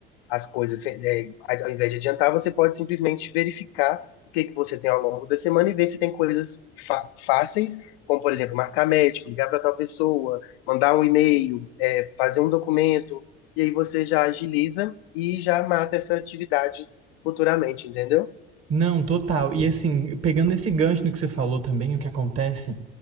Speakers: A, on the left; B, on the right.
A: as coisas, é, ao invés de adiantar, você pode simplesmente verificar o que que você tem ao longo da semana e ver se tem coisas fa- fáceis, como, por exemplo, marcar médico, ligar para tal pessoa, mandar um e-mail, é, fazer um documento, e aí você já agiliza e já mata essa atividade futuramente, entendeu?
B: Não, total. E assim, pegando esse gancho no que você falou também, o que acontece